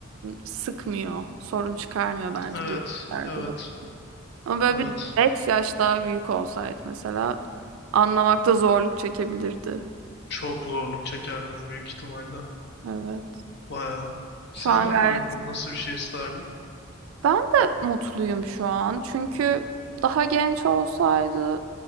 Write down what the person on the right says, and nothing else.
sıkmıyor, sorun çıkarmıyor bence
bu yaşlarda
Ama böyle
bir 5 yaş daha büyük olsaydı mesela anlamakta zorluk çekebilirdi.
Evet.
Şu
an gayet
ben de mutluyum şu an. Çünkü daha genç olsaydı